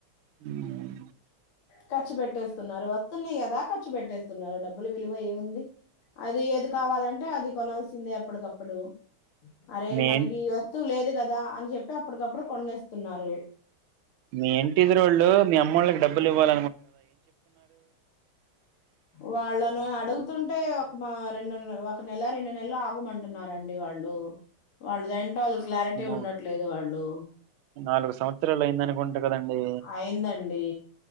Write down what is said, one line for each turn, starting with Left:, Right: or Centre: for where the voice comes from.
Right: ఉమ్,
Left: ఖర్చు పెట్టేస్తున్నారు వస్తున్నాయి కదా ఖర్చు పెట్టేస్తున్నారు డబ్బులు విలువ ఏముంది. అది ఏది కావాలంటే అది కొనల్సిందే ఎప్పటికప్పుడు అరే
Right: మీ
Left: మనకి ఈ వస్తువు లేదు కదా అని చెప్పి అప్పటికప్పుడు కొనేస్తున్నారు.
Right: మీ ఇంటిది రోళ్ళు మీ అమ్మ వాళ్ళకి డబ్బులు ఇవ్వాలి
Left: వాళ్ళను అడుగుతుంటే మా రెండు ఒక నెల రెండు నెలలు ఆగుమంటున్నారండి వాళ్ళు వాళ్ళది అయినతరువాత <inaudible> క్లారిటీ
Right: అమ్మో,
Left: ఉండట్లేదు వాళ్ళు
Right: నాలుగు సంవత్సరాలు అయిందనుకుంట కదండి
Left: అయిందండి